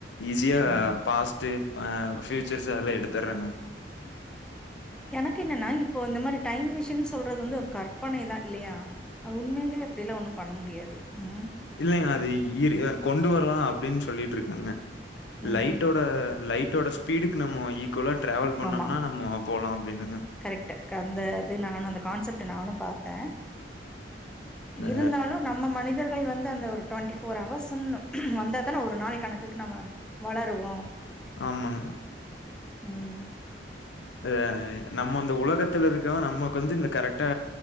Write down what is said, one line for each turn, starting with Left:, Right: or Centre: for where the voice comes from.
Left: ஈஸியா
Centre: ம்
Left: பாஸ் ட்டு ஆ ஃபியூச்சர்ஸ் அதெல்லா எடுத்துடுறாங்க
Centre: எனக்கு என்னன்னா இப்போ இந்த மாதிரி டைம் மிஷின் சொல்றது வந்து ஒரு கற்பனைதான் இல்லையா அது உண்மையிலே அப்டியெல்லா ஒண்ணு பண்ண முடியாது ம்
Left: இல்லைங்க அது இயரு அ கொண்டு வரலா அப்டின்னு சொல்லிட்டு இருக்காங்க
Centre: ம்.
Left: லைட்டோட லைட்டோ ஸ்பீடுக்கு நம்ம ஈக்குவலா டிராவல் பண்ணோம்னா
Centre: ஆமா
Left: நம்மோ போகலா அப்டின்னுங்க
Centre: கரெக்ட் அந்த அது நானு அந்த கான்செப்ட்ட நானு பாத்தேன்
Left: அ
Centre: இருந்தாலு நம்ம மனிதர்கள் வந்து அந்த ஒரு டுவெண்ட்டி ஃபோர் அவர்ஸ்ன்னு வந்தா தான ஒரு நாளை கணக்குக்கு நம்ம வளருவோம்
Left: ஆமாங்க
Centre: ம்
Left: இதாங்க நம்ம இந்த உலகத்துல இருக்கவ நமக்கு வந்து இந்த கரெக்டா